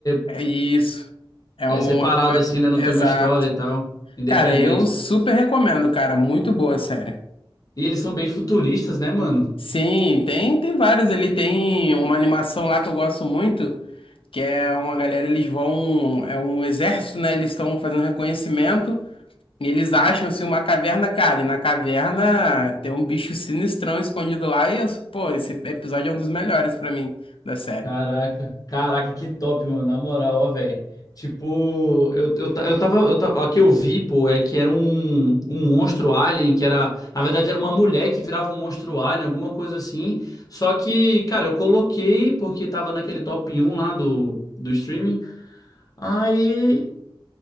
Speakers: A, on the left; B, on the left.
A: É
B: é.
A: isso. É
B: É
A: um
B: separado
A: episódio.
B: assim, né? Não
A: Exato.
B: tem uma história e tal. Independente.
A: Cara, eu super recomendo, cara. Muito boa a série.
B: E eles são bem futuristas, né, mano?
A: Sim, tem, tem vários ali. Tem uma animação lá que eu gosto muito, que é uma galera, eles vão. É um exército, né? Eles estão fazendo reconhecimento. E eles acham assim uma caverna, cara. E na caverna tem um bicho sinistrão escondido lá. E eu, pô, esse episódio é um dos melhores pra mim da série.
B: Caraca, caraca, que top, mano. Na moral, ó, velho. Tipo, eu, eu, ta- eu tava. Eu ta- ó, o que eu vi, pô, é que era um, um monstro alien, que era. Na verdade, era uma mulher que virava um monstro alien, alguma coisa assim. Só que, cara, eu coloquei porque tava naquele top um lá do, do streaming. Aí.